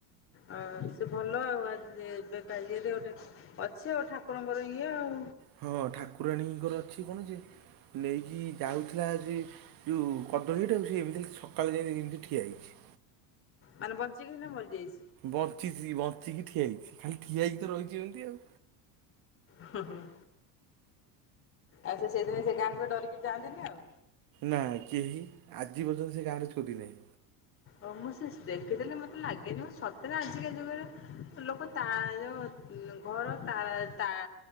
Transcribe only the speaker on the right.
ହଁ ଠାକୁରାଣୀଙ୍କର ଅଛି କଣ ଯେ ନେଇକି ଯାଉଥିଲା ଯେ ଯୋଉ କଦଳୀଟା କୁ ସେ ଏମିତି ସକାଳୁ ଯାଇ ଏମିତି ଠିଆ ହେଇଚି।
ବଚିଂଛି ବଚିଂକି ଠିଆ ହେଇଚି ଖାଲି ଠିଆହେଇକି ତ ରହିଛି ଏମିତି ଆଉ।
ନା କେହି ଆଜି ପର୍ଯ୍ୟନ୍ତ ସେ ଗାଁରେ ଛୋରି ନାହିଁ।